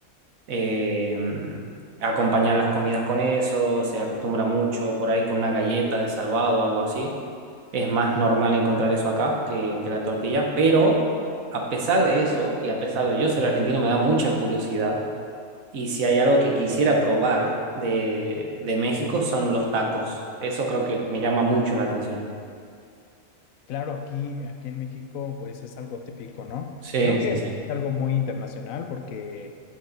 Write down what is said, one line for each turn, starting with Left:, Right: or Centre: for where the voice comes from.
Right: eh, acompañar las comidas con eso, se acostumbra mucho por ahí con una galleta de salvado o algo así. Es más normal encontrar eso acá que, que la tortilla, pero a pesar de eso, y a pesar de yo ser argentino, me da mucha curiosidad. Y si hay algo que quisiera probar de, de México son los tacos. Eso creo que me llama mucho la atención.
Left: Claro, aquí, aquí en México pues es algo típico, ¿no?
Right: Sí,
Left: Creo que
Right: sí,
Left: es
Right: sí.
Left: algo muy internacional porque